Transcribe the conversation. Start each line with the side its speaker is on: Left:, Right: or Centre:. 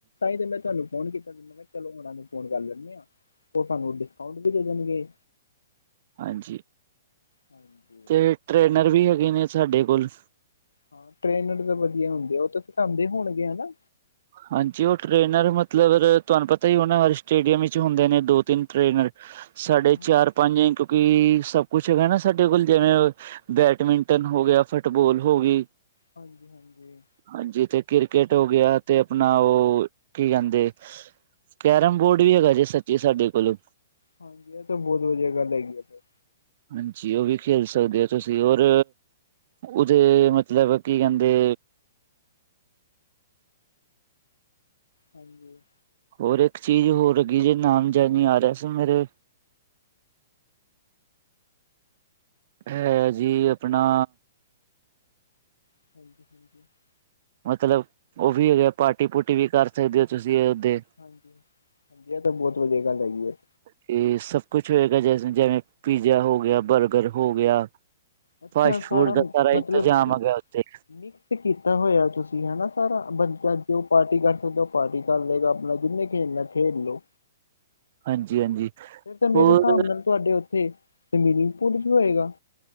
Left: ਤਾਂ ਮੈਂ ਤੁਹਾਨੂੰ ਫੋਨ ਕੀਤਾ ਸੀ ਮੈ ਕਿਹਾ ਚਲੋ ਉਹਨਾਂ ਨੂੰ ਫੋਨ ਕਰ ਲੈਂਦੇ ਹਾਂ ਉਹ ਤੁਹਾਨੂੰ ਡਿਸਕਾਊਂਟ ਵੀ ਦੇ ਦੇਣਗੇ।
Right: ਹਾਂਜੀ।
Left: ਹਾਂਜੀ।
Right: ਤੇ ਟ੍ਰੇਨਰ ਵੀ ਹੈਗੇ ਨੇ ਸਾਡੇ ਕੋਲ
Left: ਹਾਂ ਟ੍ਰੇਨਰ ਤਾਂ ਵਧੀਆ ਹੁੰਦੇ ਆ ਉਹ ਤਾਂ ਢਉਦੇ ਹੋਣਗੇ ਹਨਾ।
Right: ਹਾਂਜੀ ਉਹ ਟ੍ਰੇਨਰ ਮਤਲਬ ਤੁਹਾਨੂੰ ਪਤਾ ਹੀ ਉਹਨਾਂ ਹਰ ਸਟੇਡੀਅਮ ਵਿੱਚ ਹੁੰਦੇ ਨੇ ਦੋ ਤਿੰਨ ਟ੍ਰਰੇਨਰ ਸਾਡੇ
Left: ਹਾਂਜੀ
Right: ਚਾਰ ਪੰਜ ਕਿਉਂਕਿ ਸਭ ਕੁਛ ਹੈਗਾ ਨਾ ਸਾਡੇ ਕੋਲ ਜਿਵੇਂ ਬੈਡਮਿੰ ਟਨ ਹੋ ਗਿਆ ਫੁੱਟਬੋਲ ਹੋ ਗਈ
Left: ਹਾਂਜੀ -ਹਾਂਜੀ।
Right: ਹਾਂਜੀ ਤੇ ਕ੍ਰਿਕਕੇਟ ਹੋ ਗਿਆ ਤੇ ਆਪਣਾ ਉਹ ਕੀ ਕਹਿੰਦੇ ਕੈਰਮ ਬੋਰਡ ਵੀ ਹੈਗਾ ਜੇ ਸੱਚੀ ਸਾਡੇ ਕੋਲੋਂ
Left: ਹਾਂਜੀ। ਇਹ ਤਾਂ ਬਹੁਤ ਵਧੀਆ ਗੱਲ ਹੈਗੀ ਆ ਫਿਰ
Right: ਹਾਂਜੀ। ਉਹ ਵੀ ਖੇਲ ਸਕਦੇ ਹੋ ਤੁਸੀਂ ਓਰ ਉਹਦੇ ਮਤਲਬ ਕੀ ਕਹਿੰਦੇ
Left: ਹਾਂਜੀ।
Right: ਹੋਰ ਇੱਕ ਚੀਜ਼ ਹੋਰ ਹੈਗੀ ਜੇ ਨਾਮ ਜਾਦ ਨੀ ਆ ਰਿਹਾ ਸੀ ਮੇਰੇ ਹੈ ਜੀ ਆਪਣਾ
Left: <inaudible>
Right: ਮਤਲਬ ਉਹ ਵੀ ਹੈਗੇ ਪਾਰਟੀ ਪੁਰਟੀ ਵੀ ਕਰ ਸਕਦੇ ਹੋ ਤੁਸੀਂ ਉੱਥੇ
Left: ਹਾਂਜੀ ਇਹ ਤਾਂ ਬਹੁਤ ਵਧੀਆ ਗੱਲ ਹੈਗੀ ਹੈ।
Right: ਤੇ ਸਭ ਕੁਛ ਹੋਏਗਾ ਜ ਜਿਵੇਂ ਪੀਜ਼ਾ ਹੋ ਗਿਆ ਬਰਗਰ ਹੋ ਗਿਆ
Left: ਅੱਛਾ
Right: ਫਾਸਟ ਫੂਡ ਦਾ ਸਾਰਾ
Left: ਮਤਲਬ
Right: ਇੰਤਜ਼ਾਮ
Left: ਕਿ
Right: ਹੈਗਾ ਉੱਥੇ
Left: ਮਿਕਸ ਕੀਤਾ ਹੋਇਆ ਤੁਸੀਂ ਹਨਾ ਸਾਰਾ ਬੰਦਾ ਜੋ ਪਾਰਟੀ ਕਰ ਸਕਦਾ ਉਹ ਪਾਰਟੀ ਕਰ ਲਏਗਾ ਆਪਣਾ ਜਿੰਨੇ ਖੇਲਣਾ ਖੇਲ ਲੋ
Right: ਹਾਂਜੀ ਹਾਂਜੀ
Left: ਫਿਰ ਤਾਂ ਮੇਰੇ
Right: ਹੋਰ
Left: ਹਿਸਾਬ ਨਾਲ ਤੁਹਾਡੇ ਉੱਥੇ ਤੇ ਸਵੀਮਿੰਗ ਪੂਲ ਵੀ ਹੋਏਗਾ